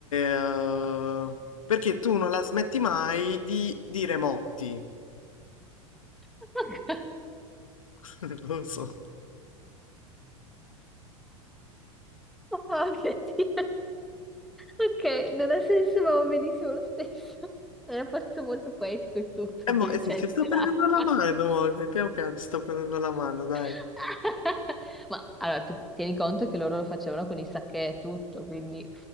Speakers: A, on the left; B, in the centre.
A: eh, perché tu non la smetti mai di dire motti.
B: <laughs>
A: <laughs> Non lo so.
B: <laughs> Oh, mia Dio. Ok, non ha senso, ma va benissimo lo stesso. Era posto molto poetico e tutto,
A: E mo,
B: con
A: eh
B: i
A: sì,
B: getti
A: ci sto
B: dell'acqua.
A: prendendo la mano, mo. Piano piano ci sto prendendo la mano, dai.
B: <laughs> Ma allora, tu tieni conto che loro lo facevano con i sacchè e tutto, quindi